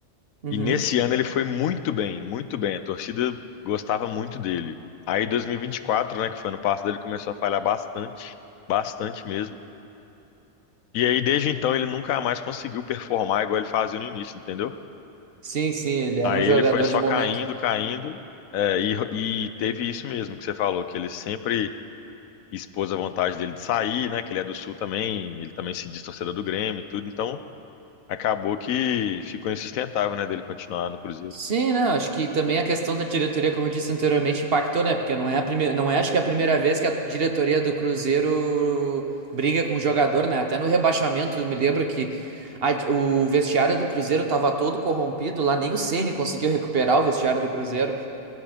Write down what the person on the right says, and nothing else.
Uhum.
Sim, sim, ele era
um jogador
de momento.
Sim, né? Acho que também a questão da diretoria, como eu disse anteriormente, impactou, né? Porque não é a primeira, não é, acho que é a primeira vez que a diretoria do Cruzeiro briga com o jogador, né? Até no rebaixamento, eu me lembro que a- o vestiário do Cruzeiro tava todo corrompido, lá nem o Ceni conseguiu recuperar o vestiário do Cruzeiro.